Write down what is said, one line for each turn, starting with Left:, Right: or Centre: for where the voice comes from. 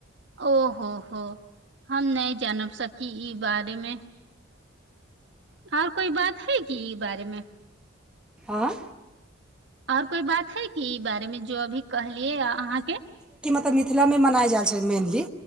Right: ओ हो हो हम नहि जानब सकी ई बारेमे आर कोई बात हइ की बारेमे
Centre: आँ
Right: आर कोई बात है की ई बारेमे जो अभी कहलियै अहाँके
Centre: तऽ मिथिलामे मनायल जाइत छै मेनली